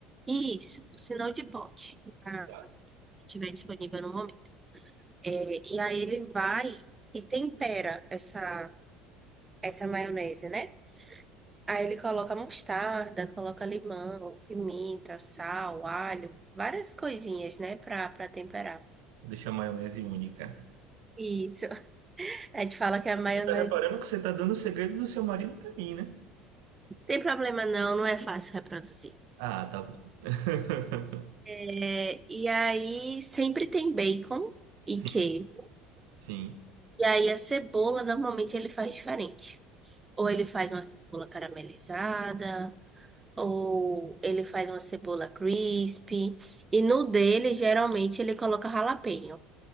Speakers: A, on the right (about 20°); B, on the right (about 65°).
A: E isso, o sinal de pote, tá?
B: Claro.
A: Se tiver disponível no momento. É, e aí ele vai e tempera essa, essa maionese, né? Aí ele coloca mostarda, coloca limão, pimenta, sal, alho, várias coisinhas, né, pra, pra temperar.
B: Deixa a maionese única.
A: Isso. A gente fala que a maionese.
B: Você tá reparando que você tá dando o segredo do seu marido pra mim, né?
A: Tem problema não, não é fácil reproduzir.
B: Ah, tá bom. <laughs>
A: É, e aí sempre tem bacon e
B: Sim,
A: queijo.
B: sim.
A: E aí a cebola normalmente ele faz diferente. Ou ele faz uma cebola caramelizada, ou ele faz uma cebola crispy. E no dele, geralmente, ele coloca jalapeño.